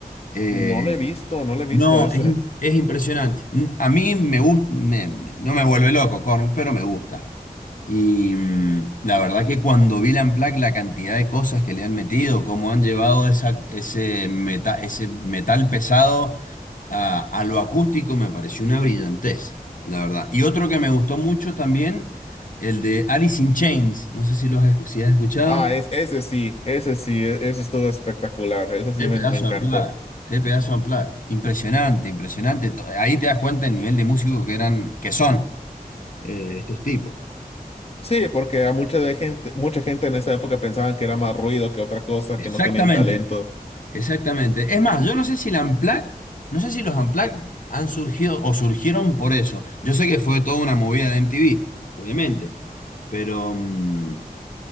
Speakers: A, on the left; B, on the left.
A: eh,
B: No lo he visto, no lo he visto
A: no,
B: ese.
A: es, im- es impresionante. Mm, A mí me gusta, no me vuelve loco Korn, pero me gusta. Y mm, la verdad que cuando vi la Unplugged, la cantidad de cosas que le han metido, cómo han llevado esa, ese, meta- ese metal pesado a, a lo acústico me pareció una brillantez, la verdad. Y otro que me gustó mucho también, el de Alice in Chains. No sé si lo has, escu- si has escuchado.
B: Ah, es, ese sí, ese sí, e- ese estuvo espectacular, ese sí
A: Qué
B: me,
A: pedazo
B: me encantó.
A: de unplugged, qué pedazo de unplugged. Impresionante, impresionante. To- Ahí te das cuenta el nivel de músicos que eran, que son. eh, estos tipos.
B: Sí, porque a mucha de gente, mucha gente en esa época pensaban que era más ruido que otra cosa,
A: Exactamente,
B: que no tenían talento.
A: exactamente. Es más, yo no sé si la Unplugged, no sé si los Unplugged han surgido o surgieron por eso. Yo sé que fue toda una movida de MTV, obviamente, pero mm,